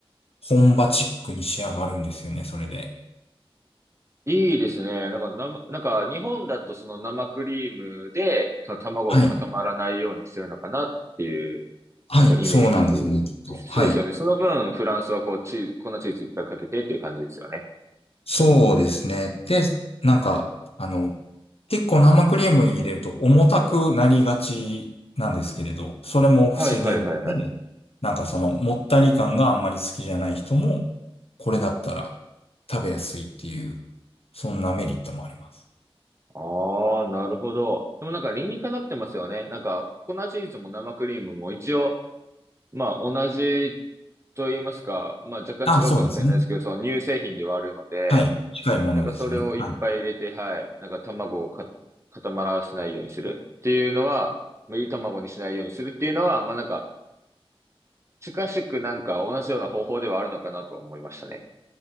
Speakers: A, on the left; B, on the right.
A: 本場チックに仕上がるんですよね、それで。
B: いいですね。なんか、生なんか日本だとその生クリームで、その卵が固まらないようにしてるのかなっていう、
A: はい。はい、
B: なんかイメージです。
A: そうなんですね、きっと。はい。
B: そうですよね。その分、フランスはこうチーズ、粉チーズいっぱいかけてっていう感じですよね。
A: そうですね。で、なんか、あの、結構生クリーム入れると重たくなりがちなんですけれど、それも防げるんで、
B: はいはいはいはい。
A: なんかそのもったり感があんまり好きじゃない人も、これだったら食べやすいっていう、そんなメリットもあります。
B: ああ、なるほど。でもなんか理にかなってますよね。なんか、粉チーズも生クリームも一応、まあ同じと言いますか、まあ若干違うかもしれないですけど、
A: あ、そうですね。
B: その乳製品ではあるので、
A: はい。近いものですよね。
B: なんかそれをいっぱい入れて、
A: はい。
B: はい。なんか卵をか固まらせないようにするっていうのは、まあいい卵にしないようにするっていうのは、まあなんか近しくなんか同じような方法ではあるのかなとは思いましたね。